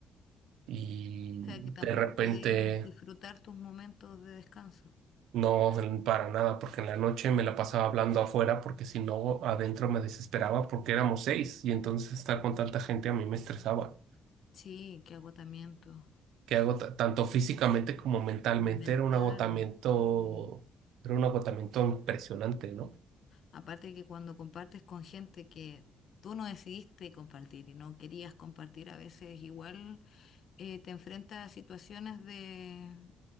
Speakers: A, on the right (about 85°); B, on the left (about 60°).
A: y
B: O sea, que tampoco
A: de repente
B: podías disfrutar tus momentos de descanso.
A: no para nada, porque en la noche me la pasaba hablando afuera, porque si no, adentro me desesperaba porque éramos seis y entonces estar con tanta gente a mí me estresaba.
B: Sí, qué agotamiento
A: que agota, tanto físicamente como mentalmente
B: mental,
A: era un agotamiento,
B: sí.
A: era un agotamiento impresionante, ¿no?
B: Aparte que cuando compartes con gente que tú no decidiste compartir y no querías compartir, a veces igual eh, te enfrentas a situaciones de